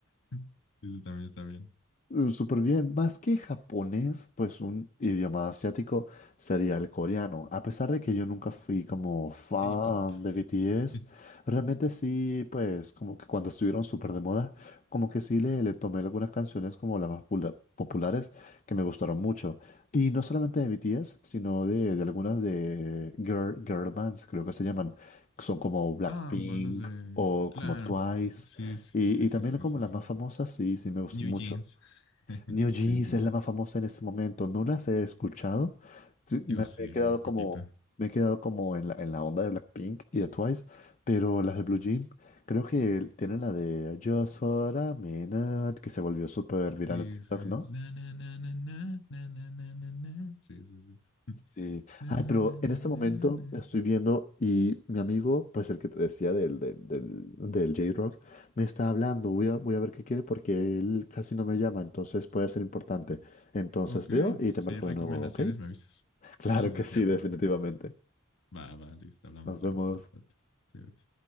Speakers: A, on the left; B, on the left.
A: <laughs> Eso también está bien.
B: Eh, Súper bien, más que japonés, pues un idioma asiático sería el coreano. A pesar de que yo nunca fui como fan
A: K-pop. <laughs>
B: de BTS, realmente sí, pues como que cuando estuvieron súper de moda, como que sí le, le tomé algunas canciones como las más pula- populares que me gustaron mucho. Y no solamente de BTS, sino de, de algunas de girl, girl bands, creo que se llaman, que son como Blackpink
A: Ah, balas de...
B: o
A: Claro.
B: como Twice.
A: Sí, sí,
B: Y,
A: sí,
B: y
A: sí,
B: también
A: sí,
B: como
A: sí,
B: las
A: sí.
B: más famosas, sí, sí me gustan
A: New
B: mucho.
A: Jeans. <laughs>
B: New Jeans
A: Sí, sí,
B: es
A: sí.
B: la más famosa en este momento. No las he escuchado. Sí,
A: Yo
B: Me,
A: sí,
B: me he quedado
A: un
B: como,
A: poquito.
B: me he quedado como en la, en la onda de Blackpink y de Twice, pero las de Blue Jean, creo que tienen la de Just for a Minute, que se volvió súper viral
A: Sí,
B: en TikTok,
A: sí.
B: ¿no?
A: Na, na, na, na, na, na, na, na, na, na. Sí, sí, sí. <laughs>
B: Sí.
A: Na,
B: Ay,
A: na,
B: pero
A: na, na,
B: en este
A: na,
B: momento
A: na,
B: estoy viendo y mi amigo, pues el que te decía del, del, del, del J-Rock, me está hablando. Voy a, voy a ver qué quiere porque él casi no me llama, entonces puede ser importante. Entonces
A: Ok,
B: veo y
A: si
B: te marco
A: hay recomendaciones,
B: de nuevo, ¿ok?
A: me avisas.
B: Claro
A: Sí, sí,
B: que sí,
A: sí, recomiendo.
B: definitivamente.
A: Va, va, listo, hablamos
B: Nos
A: luego.
B: vemos.
A: Va, date, cuídate.